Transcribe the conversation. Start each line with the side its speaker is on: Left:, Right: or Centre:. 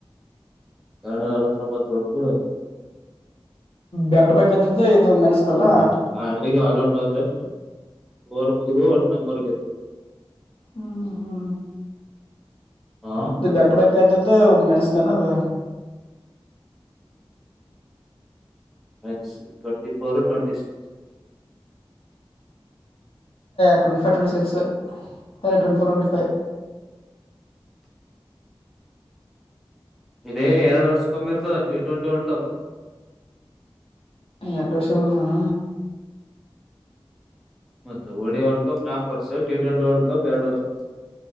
Centre: ಎರನೂರ ಅರತ್ತಅಂಬ ತೊಡೆದು.
Left: ಬ್ಯಾಕ್ ಟು ಬ್ಯಾಕ್ ಹತ್ತಿದ್ದ ಇದು ಮೆನ್ಸ್ದಲ್ಲ
Centre: ಹ ಅ ಅಲ್ಲಿಗೆ ಆಲ್ ಔಟ್ ಆದ್ರೆ. ವರ ಮುಗುದೋ ಅ ನಮ್ಮರ್ಗ ಅದು.
Left: ಹ್ಮ್ ಹ್ಮ್
Centre: ಹಾ
Left: ಇ ಬ್ಯಾಕ್ ಟು ಬ್ಯಾಕ್ ಆದತದ್ದ ಮೆಣಸ್ತಾನ ಅದ.
Centre: ಮನ್ಸ್ ಟ್ವೆಂಟಿ ಫೋರ್ ಟ್ವೆಟಿ six.
Left: Twenty five twenty six ಅದೇ ಟ್ವೆಂಟಿ ಫೋರ್ ಟ್ವೆಂಟಿ ಫೈವ್.
Centre: <inaudible> ಇದೇ ಎರಡ್ ವರ್ಷಕ್ಕೆೊಮ್ಮಿ ಇರ್ತದ ಟಿ ಟ್ವೆಂಟಿ ವರ್ಲ್ಡ್ ಕಪ್.
Left: ಎಟ ವರ್ಷಂದ ಸಾನ.
Centre: ಮತ್ತೆ ಒಡಿಯಾ ವರ್ಲ್ಡ್ ಕಪ್ ನಾಲ್ಕು ವರ್ಷ ಟಿ ಟ್ವೆಂಟಿ ವರ್ಲ್ಡ್ ಕಪ್ ಎರಡು ವರ್ಷ.